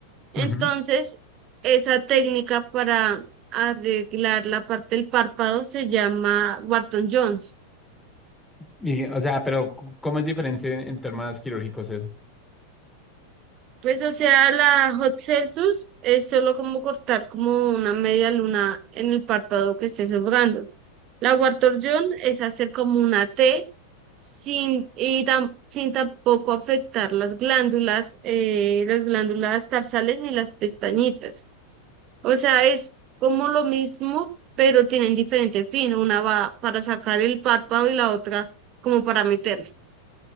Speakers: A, on the right; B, in the centre.
A: Entonces,
B: Ujú.
A: esa técnica para arreglar la parte del párpado se llama Wharton-Jones.
B: Y, o sea, pero c- ¿cómo es diferente en temas quirúrgicos eso?
A: Pues, o sea, la hot celsus es solo como cortar como una media luna en el párpado que esté sobrando. La Wartorjón es hacer como una T sin, y tam- sin tampoco afectar las glándulas, eh, las glándulas tarsales ni las pestañitas. O sea, es como lo mismo, pero tienen diferente fin. Una va para sacar el párpado y la otra como para meterlo.